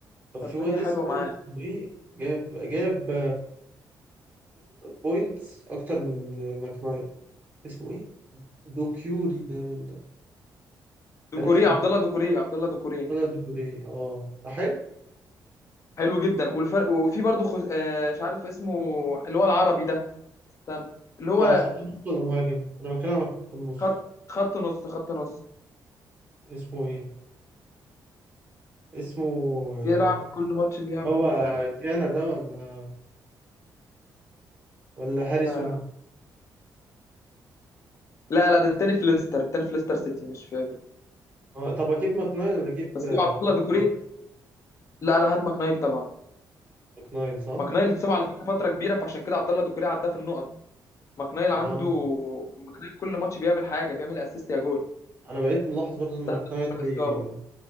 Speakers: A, on the right; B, on the left.
A: طب في
B: فالدنيا
A: واد اسمه
B: حلوه معاه
A: اسمه ايه جاب جاب بوينتس اكتر من ماكنايل اسمه ايه دوكيوري ده ولا
B: دوكوري
A: اليسون
B: عبد الله دوكوري عبد الله دوكوري
A: ولا دوكيوري اه ده حلو
B: حلو جدا والفرق وفي برضه خز... آه مش عارف اسمه اللي هو العربي ده استنى اللي هو
A: ده خط نص ولا مهاجم انا بتكلم على خط النص
B: خط خط نص خط نص
A: اسمه ايه اسمه آه،
B: بيلعب كل ماتش بيعمل
A: هو
B: لا
A: جانا ده ولا ولا هاريسون
B: لا لا لا ده التاني في ليستر التاني في ليستر سيتي مش في ايفرتون
A: اه طب اجيب ماكنايل ولا اجيب
B: بس
A: عبد
B: هو عبد الله
A: الله
B: ديكوري
A: ده
B: لا لا هات ماكنايل طبعا
A: ماكنايل صح
B: ماكنايل اتصاب على فكره فتره كبيره فعشان كده عبد الله ديكوري عداه في النقط ماكنايل
A: اه
B: عنده ماكنايل كل ماتش بيعمل حاجه بيعمل اسيست يا جول
A: انا بقيت ملاحظ برضو ان ماكنايل
B: ساعة
A: بي-
B: من الاصابه